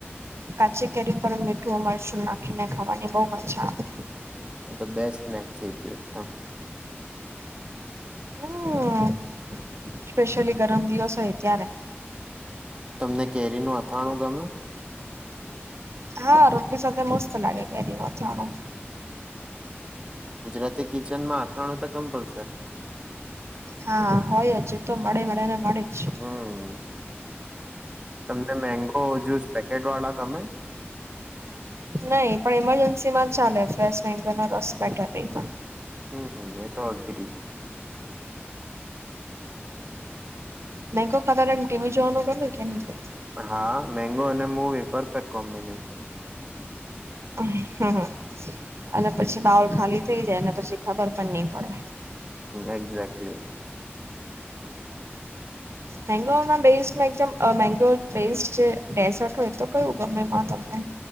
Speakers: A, on the right; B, on the right.
A: કાચી કેરી પર મીઠું અને મરચું નાખીને ખાવાની બહુ મજા આવે
B: હમ્મ. એ તો બેસ્ટ નેક થઇ ગયું એકદમ
A: હમ સ્પેશિયલી ગરમ દિવસ હોય, ત્યારે.
B: તમને કેરી ન અથાણું ગમે?
A: હા રોટલી સાથે મસ્ત લાગે એટલે દિ જાણો.
B: ગુજરાતી કિચનમાં અથાણું તો કમ્પલસરી હોય
A: હા હોય હજ તો મળે મળે ને મળે જ.
B: હમ તમને મેંગો જુસ પેકેટ વાળા ગમે?
A: નહી પણ ઇમરજન્સી માં જ ચાલે ફલેસ મે ન રસ બેટર નહી પણ.
B: હહ એ તો અઘરી
A: નહી કો ખતર એમ ટીમી જોવાનું બને કે નહી?
B: હા મેંગો અને મૂવી પરફેક્ટ કોમ્બિનેશન
A: હમ અને પછી બાઉલ ખાલી થઇ જાય પછી ખબર પણ નઈ પડે
B: એક્ઝે્ટલી
A: મેગો ના બેસ્ટ એકદમ મેગો બેસ્ટ જે ડેઝર્ટ હોય તો કયું ગમે તમને